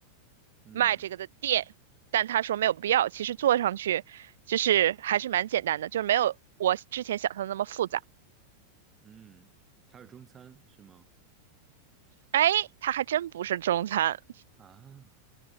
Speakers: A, on the right; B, on the right.
A: 嗯
B: 卖这个的店，但他说没有必要。其实做上去就是还是蛮简单的，就是没有我之前想象的那么复杂。
A: 嗯，它是中餐是吗？
B: 哎，它还真不是中餐，
A: 啊